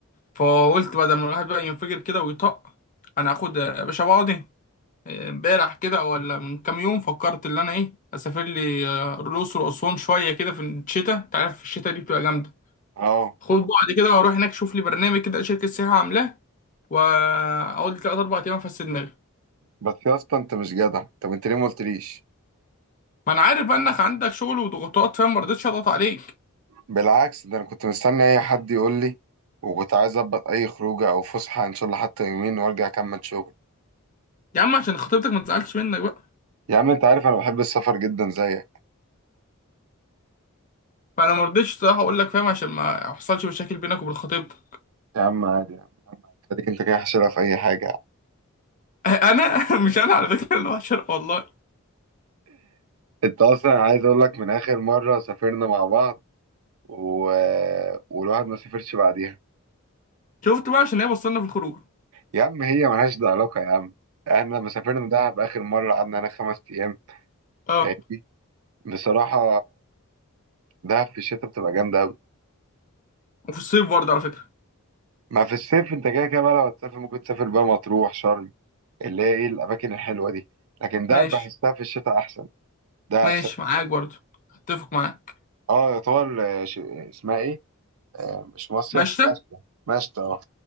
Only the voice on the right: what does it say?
اه
بس يا اسطى انت مش جدع طب انت ليه ما قلتليش
بالعكس ده انا كنت مستني اي حد يقول لي وكنت عايز اظبط اي خروجه او فسحه ان شاء الله حتى يومين وارجع اكمل شغل
يا عم انت عارف انا بحب السفر جدا زيك
يا عم عادي يعني خليك انت كده حشرها في اي حاجه يعني.
انت اصلا عايز اقول لك من اخر مره سافرنا مع بعض و... والواحد ما سافرش بعديها
يا عم هي ملهاش ده علاقه يا عم احنا لما سافرنا دهب اخر مره قعدنا انا خمس ايام
فاهم؟ بصراحة دهب في الشتاء بتبقى جامدة أوي
ما في الصيف أنت كده كده بقى لو هتسافر ممكن تسافر بقى مطروح شرم اللي هي إيه الأماكن الحلوة دي لكن دهب
بحسها في الشتاء أحسن دهب
س...
أه يعتبر آه، ش... اسمها إيه آه، مش مصيف
مشتى مشتى أه